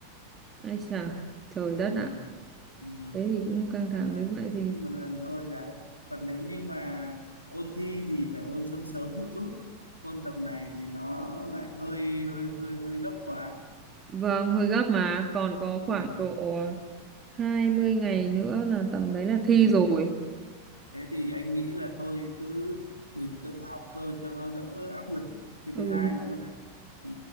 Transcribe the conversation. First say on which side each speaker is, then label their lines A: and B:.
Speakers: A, on the right; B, on the left.
A: ai chà trời đất
B: ừ,
A: ạ
B: ừ.
A: thế thì cũng căng thẳng
B: làm là
A: nếu vậy
B: tuyển
A: thì
B: sinh một lần thôi đấy còn nếu như mà ôn thi thì phải ôn sớm sớm một chút ôn tầm này thì nó lại hơi hơi hơi hơi gấp quá
A: vâng hơi gấp mà còn có
B: Ừ,
A: khoảng độ 20 ngày nữa là tầm đấy là thi
B: ừ.
A: rồi
B: Thế thì anh nghĩ là thôi cứ mình tự học thôi cho nó đỡ áp lực. Cái
A: ừ.
B: thứ hai nữa là ừ,